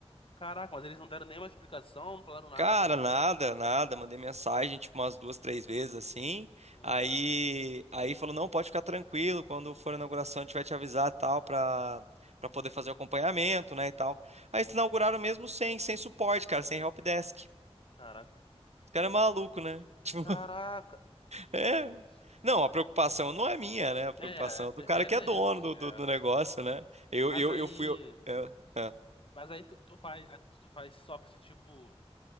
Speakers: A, on the left (about 55°); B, on the right (about 85°).
A: Caraca, mas eles não deram nenhuma explicação, não falaram nada?
B: Cara, nada, nada. Mandei mensagem, tipo, umas duas, três vezes assim.
A: Uhum.
B: Aí, aí falou: não, pode ficar tranquilo, quando for a inauguração a gente vai te avisar e tal, pra, pra poder fazer o acompanhamento, né, e tal. Aí eles inauguraram mesmo sem, sem suporte, cara, sem helpdesk.
A: Caraca. E,
B: Esse cara é maluco, né? <laughs> Tipo,
A: Caraca! Meu
B: é.
A: Deus.
B: Não, a preocupação não é minha, né? A preocupação
A: É, é
B: é
A: de-
B: do cara
A: é
B: que
A: deles.
B: é dono do,
A: É.
B: do, do negócio, né? Eu,
A: Mas
B: eu,
A: aí.
B: eu fui. eu- é, é.
A: Mas aí tu, tu faz, tu faz só pra esse tipo